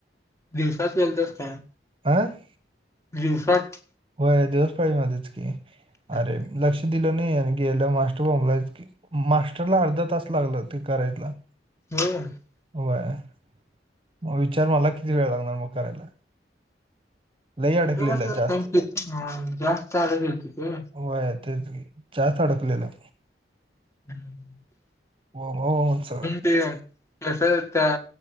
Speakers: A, on the left; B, on the right.
A: दिवसात गेलतास काय?
B: आं?
A: दिगसात.
B: होय. दिवस फळीध्येच की,
A: हं,
B: अरे
A: हं.
B: लक्ष दिलं नही. आणि गेला मास्टर बोमलाईच की, मास्टरला अर्धा तास लागला ते करायला
A: <unintelligible>
B: व्हय, म विचार मला किती वेळ लागणार मग करायला. लई अडकलेलं
A: व्हिडीओ कसला
B: जास्त
A: सेंड केलता. जास्त <unintelligible> गेलेत त
B: व्हय तेच की, च्यात अडकलेलं.
A: हम्म
B: हो, हो, उंच
A: ते कसं त्या